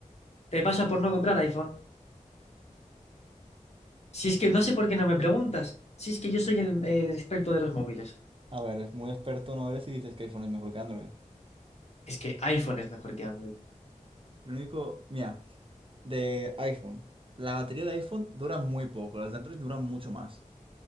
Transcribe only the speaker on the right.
A ver, es muy experto, no eres y dices que iPhone es mejor que Android.
Lo único, mira, de iPhone. La batería de iPhone dura muy poco, las de Android duran mucho más.